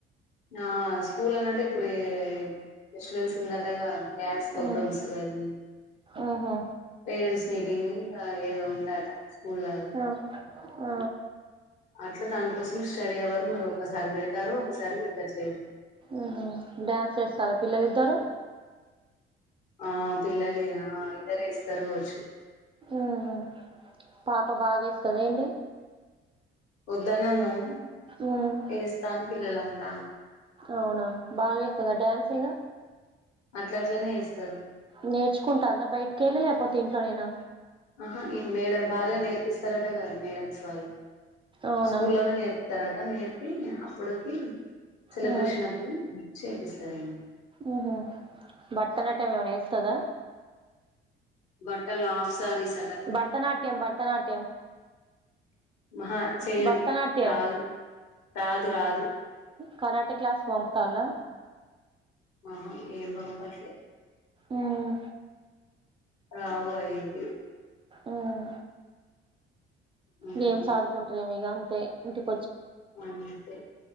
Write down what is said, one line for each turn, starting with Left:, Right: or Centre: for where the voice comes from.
Left: ఆ స్కూల్ అన్నట్టు ఇప్పుడు ఫెస్టివెల్స్ ఉందటగా డ్యాన్స్ ప్ ప్రోగ్రామ్స్
Right: ఉమ్
Left: అవి
Right: ఉహు
Left: పేరెంట్స్ నీ ది ఆ ఏదో ఉందట స్కూలో
Right: ఆ ఆ
Left: అట్లా దానికోసం స్టడీ అవర్ మరి ఒక సారి పెడతారో ఒకసారి పెట్టట్లేదు
Right: ఉహు డ్యాన్స్ వేస్తారా పిల్లలిద్దరు
Left: ఆ పిల్లలిగ ఆ ఇద్దరు వేస్తారుకావచ్చు
Right: ఉహు పాప బాగా వేస్తాదదా ఏంటి
Left: వద్దని అనం
Right: ఉమ్
Left: ఎస్తాను పిల్లలంటా
Right: అవునా బాగా వేస్త దా డ్యాన్స్ ఇగా
Left: అట్లా అట్లనే వేస్తారు
Right: నేర్చుకుంటుందా బయటికి వెళ్ళి లేకపోతే ఇంట్లోనైనా
Left: ఆహా ఈ మేడం వాళ్ళే నేర్పిస్తారటగద మేడమ్స్ వాళ్ళు
Right: అవునా
Left: స్కూల్ లోనే నేర్పుతార్ నేర్పి అప్పుడుకి సెలబ్రేషన్
Right: ఉమ్
Left: అప్ చేపిస్తార అండి
Right: ఉహ్ హు భారత నాట్యం ఏమైనా వేస్తాదా
Left: బట్టల ఆఫ్సారిస్
Right: భరతనాట్యం భరతనాట్యం
Left: అహా చేయదు
Right: భరతనాట్యం
Left: రాదు రాదు రాదు
Right: కరాటే క్లాస్కి పంపుతాల్లా
Left: అహా ఏం పంపట్లే
Right: ఉమ్
Left: రావు అయన్ని
Right: ఉమ్
Left: ఉమ్,
Right: గేమ్స్ ఆడుకుంటనేమీ అంతే ఇంటికి
Left: అంతే